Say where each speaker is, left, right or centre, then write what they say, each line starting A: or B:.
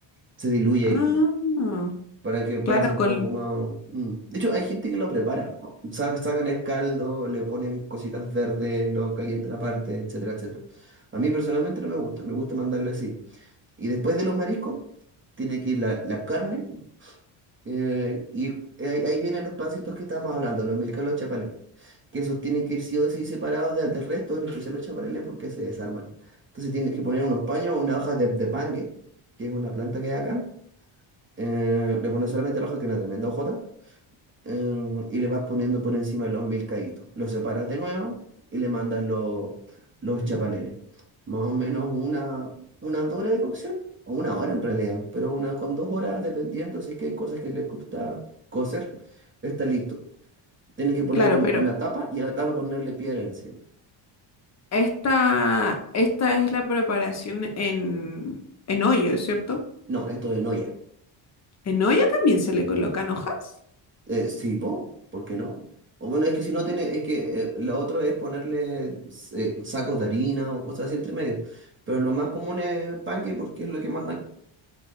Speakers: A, on the right; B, on the left.
A: se diluye
B: Ah,
A: y para que pase
B: claro,
A: un
B: con,
A: poco más. mm. De hecho, hay gente que lo prepara. O- sa- Sacan el caldo, le ponen cositas verdes, lo calientan aparte, etcétera, etcétera. A mí personalmente no me gusta, me gusta mandarle así. Y después de los mariscos, tiene que ir la, la carne. eh, y ahí, ahí vienen los pancitos que estábamos hablando, los milcalos chapaleles. Que esos tienen que ir sí o sí separados de- del resto, en especial los chapaleles, porque se desarman. Entonces tienen que poner unos paños, una hoja de, de pangue, que es una planta que hay acá. eh, le ponen solamente la hoja, que es una tremenda hojota eh, y le vas poniendo por encima los milcaitos. Los separas de nuevo y le mandas lo- los chapaleles. Más o menos una, una hora de cocción, o una hora en realidad, pero una con dos horas, dependiendo si es que hay cosas que les gusta cocer, está listo. Tienes que ponerle
B: claro,
A: un-
B: pero
A: una tapa y a la tapa ponerle piedra encima.
B: Esta, esta es la preparación en, en olla, ¿cierto?
A: No, esto de no
B: En olla también se le colocan hojas,
A: Eh, sí, po, ¿por qué no? O bueno, es que si no tiene, es que eh, lo otro es ponerle eh, sacos de harina o cosas así entre medio. Pero lo más común es panque porque es lo que más hay.